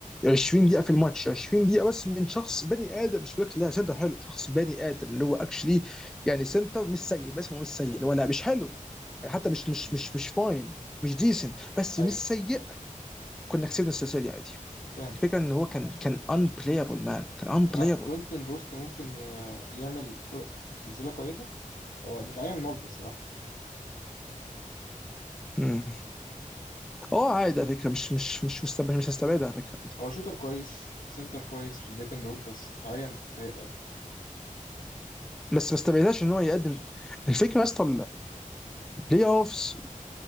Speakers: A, in the centre; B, on the left (about 75°).
A: 20 دقيقه في الماتش 20 دقيقه بس من شخص بني ادم مش بقول لا سنتر حلو شخص بني ادم اللي هو اكشلي يعني سنتر مش سيء بس هو مش سيء اللي هو لا مش حلو
B: آه.
A: يعني حتى مش مش مش مش فاين مش ديسنت بس
B: ايوه
A: مش سيء كنا كسبنا السلسله دي عادي
B: فاهم
A: الفكره ان هو كان كان unplayable مان كان unplayable
B: طب ها- كوينتن بوست ممكن ي- يعمل طرق- سلسله كويسه هو دفاعيا مالتي الصراحة
A: مم. اه عادي على فكره مش مش مش مستبعد مش هستبعدها على فكره دي
B: هو شوتر كويس سنتر كويس في البيك اند رول بس دفاعيا سيء أوي
A: بس ما استبعدهاش ان هو يقدم الفكره يا اسطى البلاي اوفز